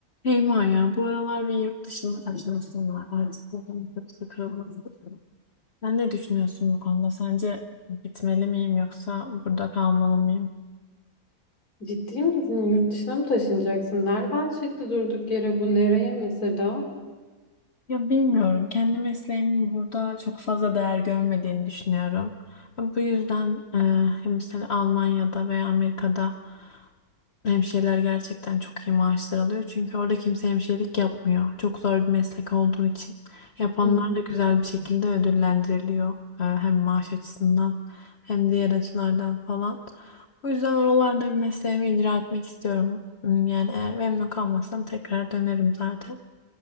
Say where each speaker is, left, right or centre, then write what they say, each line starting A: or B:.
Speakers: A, on the left (about 50°); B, on the left (about 85°).
A: Şeyma ya bu aralar bir yurt dışına taşınasım var. Artık bakalım çok sıkıldım. Sen ne düşünüyorsun bu konuda? Sence gitmeli miyim yoksa burada kalmalı mıyım?
B: Ciddi misin? Yurt dışına mı taşınacaksın? Nereden çıktı durduk yere bu? Nereye mesela?
A: Ya bilmiyorum. Kendi mesleğimin burada çok fazla değer görmediğini düşünüyorum. Bu yüzden e, hem mesela Almanya'da veya Amerika'da hemşireler gerçekten çok iyi maaşlar alıyor. Çünkü orada kimse hemşirelik yapmıyor. Çok zor bir meslek olduğu için. Yapanlar
B: Hı hı.
A: da güzel bir şekilde ödüllendiriliyor. E, hem maaş açısından hem diğer açılardan falan. Bu yüzden oralarda bir mesleğimi icra etmek istiyorum. Hmm, Yani eğer memnun kalmazsam tekrar dönerim zaten.